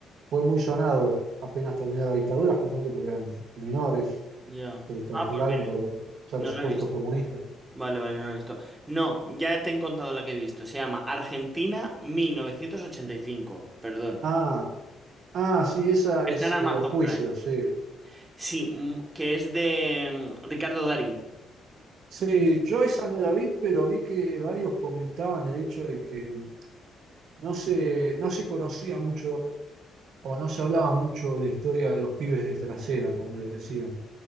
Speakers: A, on the right (about 70°); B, on the right (about 20°).
A: fue muy sonado apenas terminó la dictadura, justamente porque eran menores
B: ya.
A: que torturaron
B: Ah, pues mira,
A: por ser
B: no
A: supuestos
B: la he visto.
A: comunistas.
B: Vale, vale, no lo he visto. No, ya te he contado la que he visto. Se llama Argentina 1985, perdón.
A: Ah, ah, sí, esa
B: Está
A: es
B: en Amazon
A: de los juicios,
B: Prime.
A: sí.
B: Sí, mm, que es de mm, Ricardo Darín.
A: Sí, yo esa no la vi, pero vi que varios comentaban el hecho de que no se, no se conocía mucho o no se hablaba mucho de la historia de los pibes de trasera, como les decían